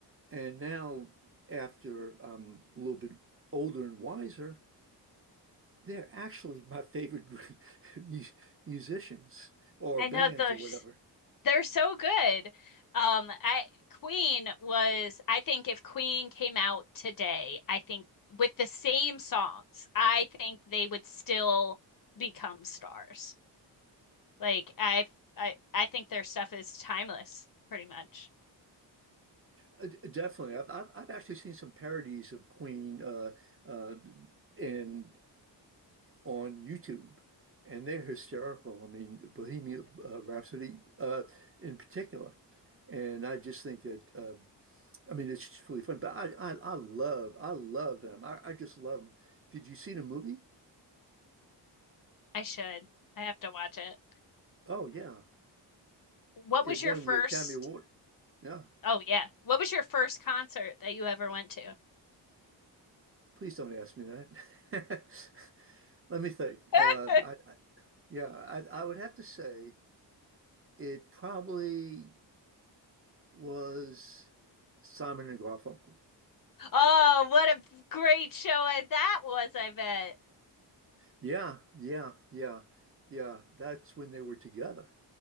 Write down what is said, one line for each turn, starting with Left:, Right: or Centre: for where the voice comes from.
Right: And now, after I'm a little bit older and wiser, they're actually my favorite group, <laughs> mu- musicians or
Left: I
Right: bands
Left: know those
Right: or whatever.
Left: they're so good. Um, I Queen was, I think if Queen came out today, I think with the same songs, I think they would still become stars. Like I, I, I think their stuff is timeless, pretty much.
Right: Uh, d- Definitely. I've, I've, I've actually seen some parodies of Queen uh, uh, and on YouTube, and they're hysterical. I mean, Bohemian uh, Rhapsody uh, in particular, and I just think that uh, I mean it's just really fun. But I I, I love I love them. I, I just love them. Did you see the movie?
Left: I should. I have to watch it.
Right: Oh yeah,
Left: What
Right: it
Left: was
Right: won
Left: your first?
Right: the Academy Award. Yeah,
Left: Oh yeah. What was your first concert that you ever went to?
Right: please don't ask me that. <laughs> Let me think.
Left: <laughs>
Right: Uh, I, I yeah, I, I would have to say it probably was Simon and Garfunkel.
Left: Oh, what a great show that was, I bet.
Right: Yeah, yeah, yeah, yeah. That's when they were together.